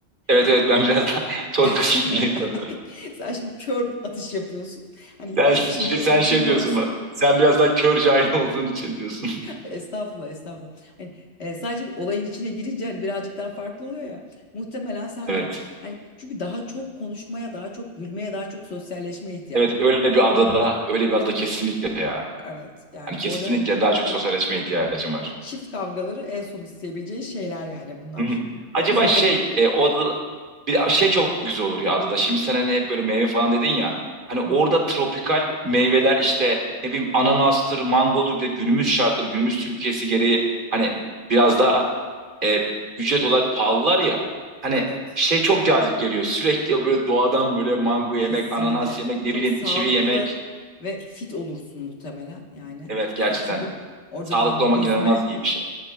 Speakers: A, on the right; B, on the left.
A: Evet
B: Hani
A: evet ben biraz daha <laughs> toy
B: <laughs>
A: kısmındayım sanırım.
B: Sen şimdi kör atış yapıyorsun. Hani
A: Sen, şey-
B: içinde
A: sen
B: içinde
A: şey diyorsun
B: olsan
A: bana. Sen biraz daha kör cahil olduğun için diyorsun. <laughs>
B: Estağfurullah, estağfurullah. Hani e, sadece olayın içine girince hani birazcık daha farklı oluyor ya. Muhtemelen sen
A: Evet.
B: de hani çünkü daha çok konuşmaya, daha çok gülmeye, daha çok sosyalleşmeye ihtiyacın
A: Evet öyle
B: var.
A: bir adada öyle bir adada kesinlikle ya.
B: Evet, yani
A: Hani kesinlikle
B: orada hani
A: daha çok
B: bırak
A: sosyalleşmeye ihtiyacım var.
B: e, çift kavgaları en son isteyebileceğin şeyler yani bunlar.
A: Hı hı. Acaba
B: <laughs>
A: şey
B: Dolayı.
A: e, o adada bir şey çok güzel olur ya adada. Şimdi sen hani hep böyle meyve falan dedin ya. Hani orada
B: Hı hı.
A: tropikal meyveler işte ne bileyim ananastır, mangodur bir de günümüz şartları, günümüz Türkiye'si gereği hani biraz daha e, ücret olarak pahalılar ya. Hani
B: Evet,
A: şey çok cazip geliyor. Sürekli böyle doğadan böyle mango yemek,
B: kesinlikle.
A: ananas yemek, ne
B: Çok
A: bileyim
B: sağlıklı
A: kivi yemek.
B: ve fit olursun muhtemelen yani.
A: Evet gerçekten
B: E, çünkü orada
A: sağlıklı
B: da hani
A: olmak
B: yüzme
A: inanılmaz iyi bir şey.